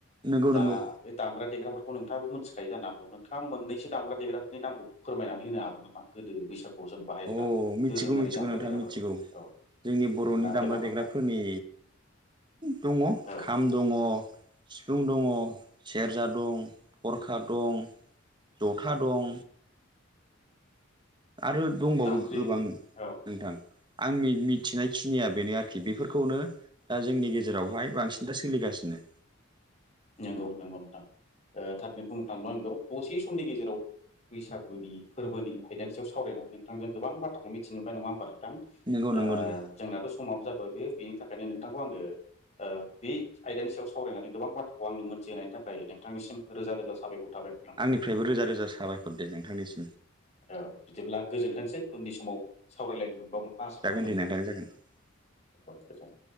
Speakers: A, on the right; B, on the left.
A: नंगौ
B: दा
A: नंगौ
B: बे दामग्रा देग्राफोरखौ नोंथाङाबो मोनथि- खायो जानो हागौ। नोंथाङा मोननैसो दामग्रा देग्राफोरनि नामखौ फोरमायनानै होनो हागोन नामा गोदो बैसागुआव जों बाहायग्रा
A: अ मिथिगौ
B: दोरोङारि
A: मिथिगौ
B: दामग्रा
A: नोंथाङा
B: देग्राफोरखौ
A: मिथिगौ
B: औ
A: जोंनि बर'नि
B: बुंना होदो
A: दामग्रा
B: नामा
A: देग्राफोरनि
B: नोंथां
A: दङ'
B: औ
A: खाम दङ' सिफुं दङ' सेरजा दं गरखा दं जथा
B: औ
A: दं आरो दंबावो
B: जाबख्रिं
A: गोबां नोंथां
B: औ
A: आंनि मिथिनायखिनिया बेनो आरोखि बेफोरखौनो दा जोंनि गेजेराव जेरावहाय बांसिन दा सोलिगासिनो।
B: नंगौ नंगौ नोंथां थारैनो बुंफ्लां आंथ' दसे समनि गेजेराव बैसागुनि फोरबोनि आयदानि सायाव सावरायनानै नोंथांजों गोबां बाथ्राखौ मिथिनो मोनबाय नङा ओमबा नोंथां
A: नंगौ
B: ओ
A: नंगौ नंगौ
B: जोंनाथ' समाबो जा बे बेनि थाखायनो नोंथांखौ आङो ओ बे आयदानि सायाव सावरायनानै गोबां बाथ्रा आंनो मोनथिहोनाय थाखाय नोंथांनिसिम रोजा रोजा साबायखर थाबाय नोंथां।
A: आंनिफ्रायबो रोजा रोजा साबायखर दे नोंथांनिसिम
B: औ बिदिब्ला गोजोनथोंसै उननि समाव सावरायलायनो मोनबावगोनखौ आसा
A: जागोन
B: खालामबाय नोंथां
A: <inaudible>
B: बहथ गोजान